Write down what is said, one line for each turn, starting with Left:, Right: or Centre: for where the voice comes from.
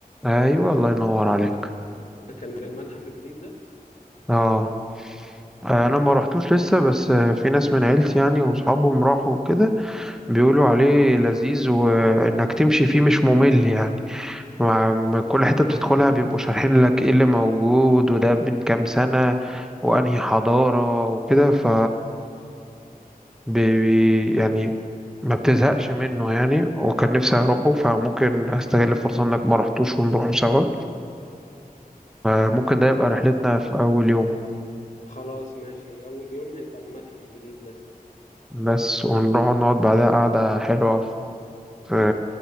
Centre: ايوه الله ينور عليك
Left: كان للمتحف الجديد ده
Centre: اه انا ما رحتوش لسه بس آه، في ناس من عيلتي يعني واصحابهم راحوا وكده بيقولوا عليه لذيذ وانك تمشي فيه مش ممل يعني مع مع كل حتة بتدخلها بيبقوا شارحين لك ايه اللي موجود وده من كام سنة وانهي حضارة وكده ف بي بي- يعني ما بتزهقش منه يعني وكان نفسي اروحه فممكن استغل الفرصة انك ما رحتوش ونروحه سوا آه، ممكن ده يبقى
Left: خلا-
Centre: رحلتنا في اول يوم
Left: خلاص ماشي اول يوم هيبقى المتحف الجديد ده
Centre: بس ونروح نقعد بعدها قعدة حلوة في